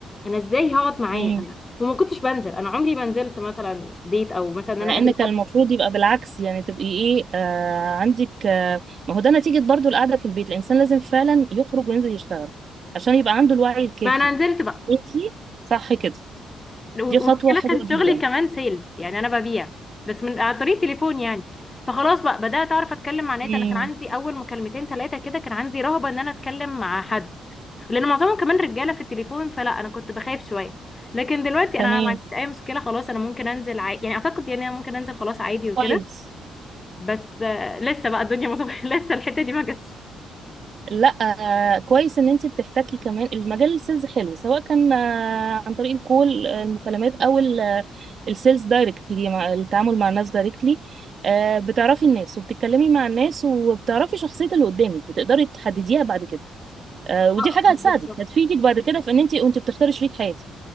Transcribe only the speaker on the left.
انا ازاي هقعد معاه
انا وما كنتش بنزل انا عمري ما نزلت مثلا ديت او مثلا ان
انا اقابل
حد
ما انا نزلت بقى
والمشكله
كان
شغلي كمان سيلز يعني انا ببيع بس من عن طريق تليفون يعني فخلاص بقى بدات اعرف اتكلم مع ناس
انا كان عندي اول مكالمتين ثلاثه كده كان عندي رهبه ان انا اتكلم مع حد لان معظمهم كمان رجاله في التليفون فلا انا كنت بخاف شويه لكن دلوقتي
انا ما عنديش اي مشكله خلاص انا ممكن انزل عادي يعني اعتقد يعني انا ممكن انزل خلاص عادي وكده
بس آه، لسه بقى الدنيا مظبوطه <laughs> لسه الحته دي ما جاتش
آه،
بالظبط